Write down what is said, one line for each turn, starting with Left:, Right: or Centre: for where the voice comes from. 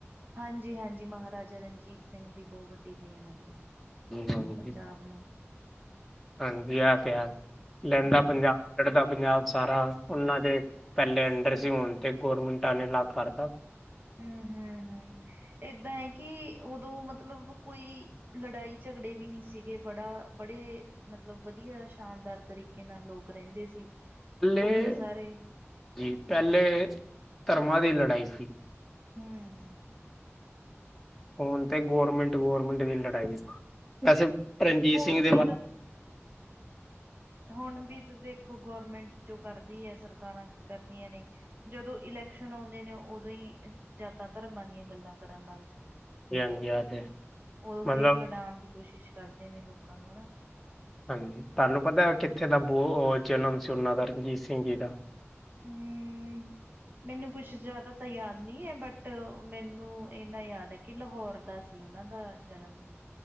Right: ਹਾਂਜੀ-ਹਾਂਜੀ ਮਹਾਰਾਜਾ ਰਣਜੀਤ ਸਿੰਘ ਦੀ ਬਹੁ ਵੱਡੀ ਦੇਨ ਆ ਜੀ।
Centre: ਹਾਂਜੀ-ਹਾਂਜੀ,
Right: ਪੰਜਾਬ ਨੂੰ
Centre: ਹਾਂਜੀ ਐ ਪੇਆ ਲੈਂਦਾ
Right: ਹਾਂਜੀ
Centre: ਪੰਜਾਬ। ਚੜਦਾ ਪੰਜਾਬ ਸਾਰਾ ਓਨਾਂ ਦੇ ਪੈਲੇ ਅੰਡਰ ਸੀ ਹੁਨ ਤੇ ਗੋਰਮਿੰਟਾਂ ਨੇ ਅਲੱਗ ਕਰਤਾ।
Right: ਹੂੰ-ਹੂੰ-ਹੂੰ ਏਦਾਂ ਏ ਕੇ ਓਦੋਂ ਮਤਲਬ ਕੋਈ ਲੜਾਈ ਝਗੜੇ ਵੀ ਨੀ ਸੀਗੇ ਬੜਾ ਬੜੇ ਮਤਲਬ ਵਦੀਆ ਸ਼ਾਨਦਾਰ ਤਰੀਕੇ ਨਾਲ ਲੋਕ ਰੈਂਦੇ ਸੀ।
Centre: ਪੈਲੇ,
Right: ਵਧੀਆ ਸਾਰੇ
Centre: ਜੀ ਪੈਲੇ ਧਰਮਾਂ ਦੀ ਲੜਾਈ ਸੀ।
Right: ਹੂੰ
Centre: ਹੁਨ ਤੇ ਗੌਰਮਿੰਟ-ਗੌਰਮਿੰਟ ਦੀ ਲੜਾਈ ਵੈਸੇ ਰਨਜੀਤ
Right: ਹੁਣ
Centre: ਸਿੰਘ ਦੇ
Right: ਵੀ
Centre: ਬਾ
Right: ਹੁਨ ਵੀ ਤਾਂ ਦੇਖੋ ਗੌਰਮੈਂਟ ਜੋ ਕਰਦੀ ਐ ਸਰਕਾਰਾਂ ਕੀ ਕਰਦੀਆਂ ਨੇ। ਜਦੋਂ ਇਲੈਕਸ਼ਨ ਔਂਦੇ ਨੇ ਓਦੋਂ ਈ ਜਾਤਾਂ ਧਰਮਾਂ ਦੀਆਂ ਗੱਲਾਂ ਕਰਨ ਲੱਗ ਜਾਂਦੇ ਨੇ।
Centre: ਹਾਂਜੀ ਆ ਤੇ ਹੈ।
Right: ਓਦੋਂ
Centre: ਮਤਲਬ
Right: ਫੇਰ ਲੜਾਨ ਦੀ ਕੋਸ਼ਿਸ਼ ਕਰਦੇ ਨੇ ਲੋਕਾਂ ਨੂੰ ਹਨਾ।
Centre: ਹਾਂਜੀ ਤੁਆਨੂੰ ਪਤਾ ਕਿੱਥੇ ਦਾ ਬੂ ਜਨਮ ਸੀ ਓਨਾਂ ਦਾ ਰਣਜੀਤ ਸਿੰਘ ਜੀ ਦਾ।
Right: ਹਮ ਮੈਨੂੰ ਕੁਛ ਜਾਦਾ ਤਾਂ ਯਾਦ ਨਈ ਐ ਬਟ ਮੈਨੂੰ ਇੰਨਾ ਯਾਦ ਏ ਕੇ ਲਾਹੌਰ ਦਾ ਸੀ ਓਨਾਂ ਦਾ ਜਨਮ।